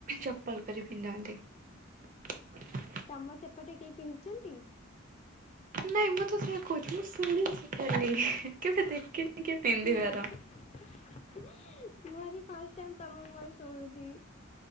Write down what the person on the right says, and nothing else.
ଚପଲ କରି ପିନ୍ଧନ୍ତି। <unintelligible>
ନାଇଁ ମୁଁ ତ ସେଇୟା କହୁଛି ମୁଁ ଶୁଣି ଶିଖଲି କେବେ ଦେଖିନି। କିଏ ପିନ୍ଧିବାର।